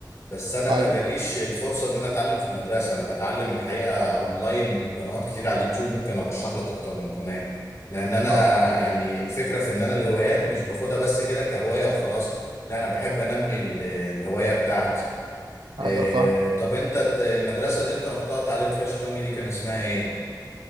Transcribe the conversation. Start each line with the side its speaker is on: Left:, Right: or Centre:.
Left: بس انا
Right: ايوه
Left: ما جاليش الفرصة ان انا اتعلم في مدرسة انا بتعلم الحقيقة اونلاين من قنوات كتير على اليوتيوب ممكن ارشح لك اكتر من قناة لان انا
Right: اه
Left: يعني الفكرة في ان انا الهوايات مش باخدها بس كده كهواية وخلاص لا انا بحب انمي ال- الهواية بتاعتي
Right: ايوه
Left: إيه،
Right: فاهم
Left: طب انت ت- المدرسة اللي انت رحتها اتعلمت فيها الشطرنج دي كان اسمها ايه؟